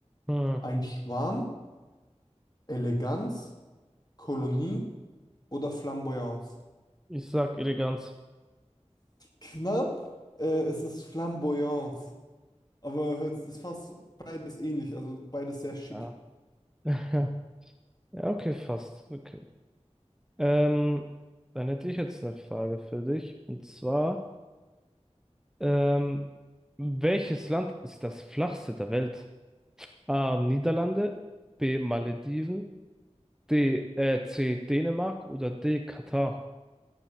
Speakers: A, in the centre; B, on the left (about 35°).
A: Hm.
B: Ein Schwarm, Eleganz. Kolonie oder Flamboyance?
A: Ich sag Eleganz.
B: Knapp, äh, es ist Flamboyance. Aber es ist fast beides ähnlich, also beides sehr schick.
A: Ja. <laughs> Ja, okay, fast. Okay. Ähm, dann hätte ich jetzt eine Frage für dich. Und zwar, ähm, welches Land ist das flachste der Welt? A. Niederlande, B. Malediven, D, äh, C, Dänemark oder D, Katar.